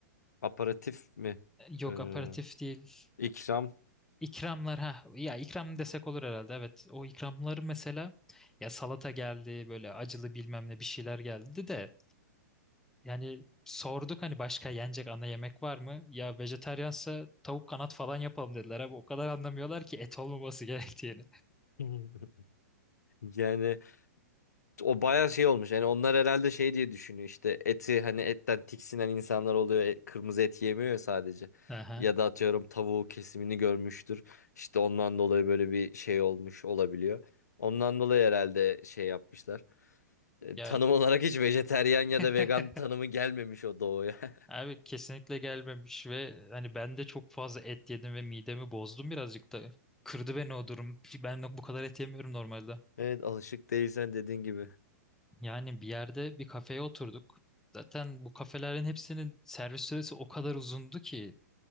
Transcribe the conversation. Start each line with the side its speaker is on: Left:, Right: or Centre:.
Left: Aparatif mi?
Centre: E, Yok
Left: Ee,
Centre: aperatif değil.
Left: ikram.
Centre: İkramlar ha ya ikram desek olur herhalde evet o ikramları mesela ya salata geldi böyle acılı bilmem ne bir şeyler geldi de yani sorduk hani başka yenecek ana yemek var mı ya vejetaryansa tavuk kanat falan yapalım dediler abi o kadar anlamıyorlar ki et olmaması <laughs> gerektiğini.
Left: <laughs> Yani O bayağı şey olmuş. Yani onlar herhalde şey diye düşünüyor işte eti hani etten tiksinen insanlar oluyor. E, Kırmızı et yemiyor ya sadece.
Centre: Aha.
Left: Ya da atıyorum tavuğu kesimini görmüştür. İşte ondan dolayı böyle bir şey olmuş olabiliyor. Ondan dolayı herhalde şey yapmışlar. E,
Centre: Ya
Left: Tanım olarak hiç vejeteryan ya da
Centre: <laughs>
Left: vegan tanımı gelmemiş o doğuya. <laughs>
Centre: Abi kesinlikle gelmemiş ve hani ben de çok fazla et yedim ve midemi bozdum birazcık da. Kırdı beni o durum. Ben bu kadar et yemiyorum normalde.
Left: Evet alışık değilsen dediğin gibi.
Centre: Yani bir yerde bir kafeye oturduk. Zaten bu kafelerin hepsinin servis süresi o kadar uzundu ki.